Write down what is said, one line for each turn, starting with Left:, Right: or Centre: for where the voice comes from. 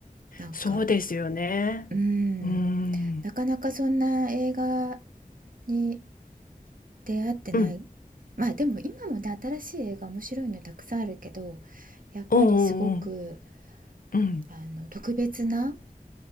Right: なんか
Left: そうですよね
Right: うん
Left: うん
Right: なかなかそんな映画に出会ってない
Left: うん
Right: まあでも今もね新しい映画面白いのたくさんあるけどやっぱりすごく
Left: おうおうおううん、
Right: あの特別な